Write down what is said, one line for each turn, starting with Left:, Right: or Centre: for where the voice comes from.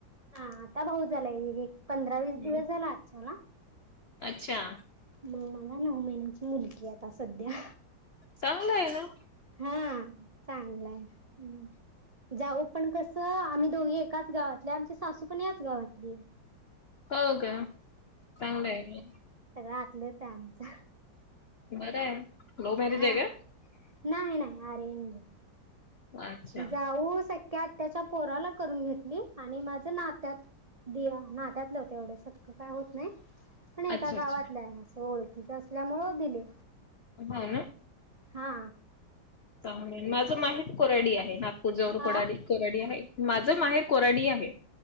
Right: हा आता भाऊ झालाय एक पंधरा-वीस
Left: हं.
Right: दिवस झाला आजच्याला
Left: अच्छा.
Right: मग मला नऊ महिन्याची मुलगी आता सध्या
Left: चांगलंय ना.
Right: हा चांगलाय आणि जाऊ पण कसं आम्ही दोघी एकाच गावातले आमची सासू पण याच गावातली
Left: हो का चांगलं आहे.
Right: राहलंच आमचं.
Left: बरं आहे. लव्ह मॅरेज
Right: हा
Left: आहे का?
Right: नाही नाही अरेंज
Left: अच्छा
Right: जाऊ सक्या आत्या्याच्या पोराला करून घेतली आणि माझ नात्यात दिया नात्यातले होते एवढे सतं काय होत नाही आणि
Left: अच्छा
Right: एका
Left: अच्छा
Right: गावातलं आहे. ओळखीच असल्यामुळे दिले.
Left: होय ना.
Right: हा.
Left: चांग माझं माहीर कोराडी आहे नागपूर जवळ कोराडी
Right: आ
Left: कोराडी आहे माझं माहेर कोराडी आहे.